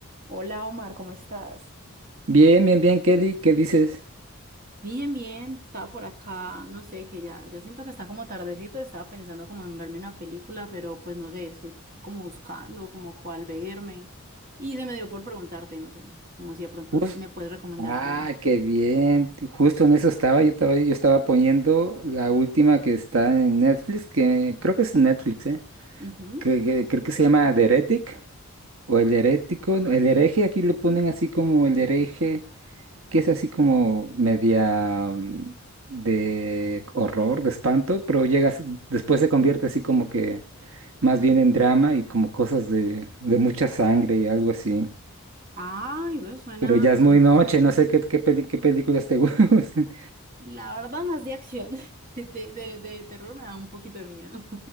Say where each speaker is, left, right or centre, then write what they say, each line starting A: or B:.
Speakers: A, on the right (about 40°); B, on the right (about 65°).
A: Hola Omar, ¿cómo estás?
B: Bien, bien, bien, Kelly, ¿qué dices?
A: Bien, bien, estaba por acá, no sé, que ya, ya siento que está como tardecito, estaba pensando como en verme una película, pero pues no sé, estoy como buscando como cuál verme y se me dio por preguntarte, no sé, como si de pronto
B: Jus-
A: me puedes recomendar
B: ah,
A: algo.
B: qué bien. Justo en eso estaba, yo estaba, yo estaba poniendo la última que está en Netflix, que creo que es Netflix, ¿eh?
A: Ujú.
B: Que, que- creo que se llama The Heretic o El Herético, no, El Hereje, aquí le ponen así como El Hereje, que es así como media mm, de horror, de espanto, pero llegas, después se convierte así como que más bien en drama y como cosas de, de mucha sangre y algo así.
A: Ay, ve, suena,
B: Pero ya es
A: suena
B: muy noche,
A: chévere.
B: no sé qué, qué, peli- qué películas te <laughs> gustan.
A: La verdad, más de acción, <laughs> de, de, de terror me da un poquito de miedo.